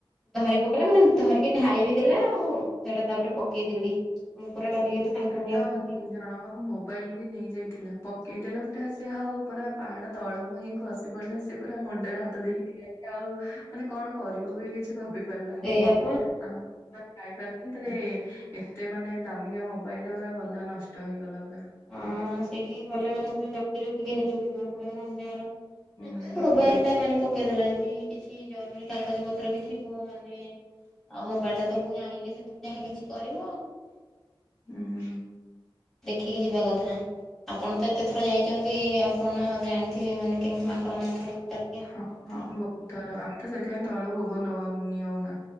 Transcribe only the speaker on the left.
ସେଟା
ଜଣଙ୍କର ମୋବାଇଲ ବି ନେଇ ଯାଇଥିଲା ପକେଇଦେଲା ପୁରା ସିଏ ଆଉ ପୁରା ପାହାଡ ତଳକୁ ହିଁ ଖସି ପଡିଲା ସେ ପୁରା ମୁଣ୍ଡରେ ହାତ ଦେଇକି ଠିଆ <unintelligible> ଆଉ ମାନେ କଣ କରିବ ବି କିଛି ଭାବି ପାରିଲାନି।
ଆ ଯାଇପାରିଲାନି <unintelligible> ଏତେ ମାନେ ଦାମିକିଆ ମୋ ମୋବାଇଲ ଟା ପୁରା ଗଲା ନଷ୍ଟ ହେଇଗଲା ପୁରା।
ହୁଁ
ହୁଁ
ହଁ
ହଁ ବହୁତ ଥର ଆମ ତ ସେଥିପାଇଁ ତଳୁ ଭୋଗ ନ ନିଅଉନା